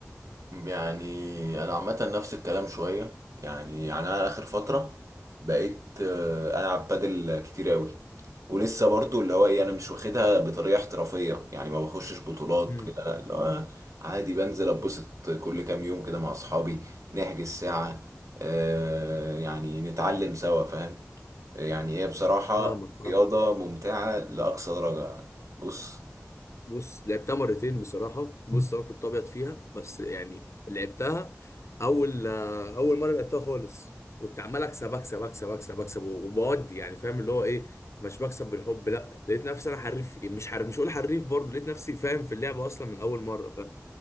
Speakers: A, on the right (about 85°); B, on the left (about 60°).
A: يعني انا عامه نفس الكلام شويه يعني يعني انا اخر فتره بقيت آه، العب بادل كتير قوي ولسه برضو اللي هو ايه انا مش واخدها بطريقه احترافيه يعني ما بخشش بطولات
B: مم.
A: كده لا، اللي هو عادي بنزل اتبسط كل كام يوم كده مع اصحابي نحجز ساعه آه، يعني نتعلم سوا فاهم يعني هي بصراحه
B: فاهمك فاهمك
A: رياضه ممتعه لاقصى درجه بص
B: بص لعبتها مرتين بصراحة بص أنا كنت أبيض فيها بس يعني لعبتها أول آه، أول مرة لعبتها خالص كنت عمال أكسب أكسب أكسب أكسب أكسب وبودي يعني فاهم اللي هو إيه مش بكسب بالحب لا لقيت نفسي أنا حريف مش حريف مش هقول حريف برضه لقيت نفسي فاهم في اللعبة أصلا من أول مرة فاهم